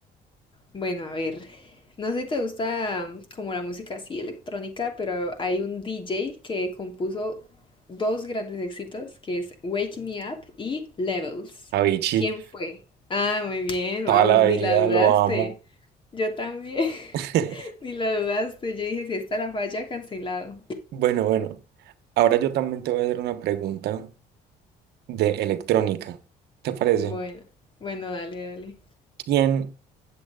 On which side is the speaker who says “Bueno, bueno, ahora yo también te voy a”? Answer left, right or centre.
Right